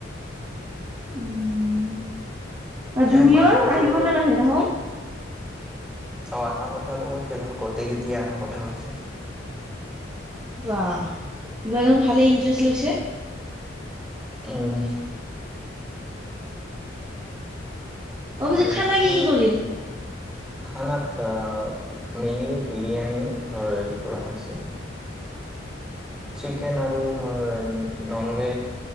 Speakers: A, on the right; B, in the centre.
A: উম জুনিয়ৰ,
B: এ মাজৰটোৰ
A: আহিব
B: অলপ
A: নে নাহে তাহোন?
B: অ অহা কথাটো কৈছিল, গোটেইকিটি অহা কথা কৈছে।
A: বাহ, এবাৰ দেখোন ভালে ইন্টাৰেষ্ট লৈছে।
B: উম।
A: অ
B: আৰু
A: পিছে খানা
B: খানাত,
A: কি কি কৰিল
B: খানাত এ মেইনলি বিৰিয়ানী, ধৰ হেৰি কৰা হৈছে। চিকেন আ আৰু ধৰ নন ভে